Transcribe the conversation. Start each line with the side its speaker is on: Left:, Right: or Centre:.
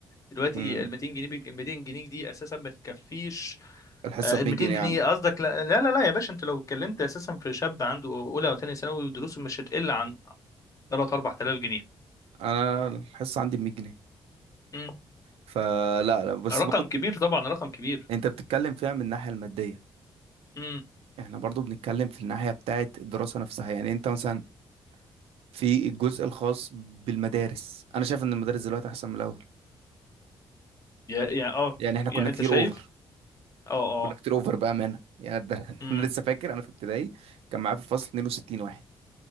Left: دلوقتي
Right: امم
Left: ال 200 جنيه بيك- ال 200 جنيه دي اساسا ما تكفيش
Right: الحصة
Left: آه،
Right: ب
Left: ال
Right: 100
Left: 200
Right: جنيه
Left: جنيه
Right: عندي
Left: قصدك لا لا لا لا يا باشا انت لو اتكلمت اساسا في شاب عنده اولى وثانيه ثانوي ودروسه مش هتقل عن 3 4000 جنيه
Right: انا الحصة عندي ب 100 جنيه
Left: مم.
Right: فلا لا بس
Left: رقم
Right: برضو
Left: كبير طبعا رقم كبير
Right: انت بتتكلم فيها من الناحية المادية
Left: امم
Right: احنا برضو بنتكلم في الناحية بتاعة الدراسة نفسها يعني انت مثلا في الجزء الخاص بالمدارس انا شايف ان المدارس دلوقتي احسن من الاول
Left: يا يعني اه
Right: يعني احنا
Left: يعني
Right: كنا كتير
Left: انت شايف
Right: اوفر
Left: اه
Right: كنا
Left: اه
Right: كتير اوفر بأمانة يعني ده <laughs>
Left: امم
Right: انا لسه فاكر انا في ابتدائي كان معايا في الفصل 62 واحد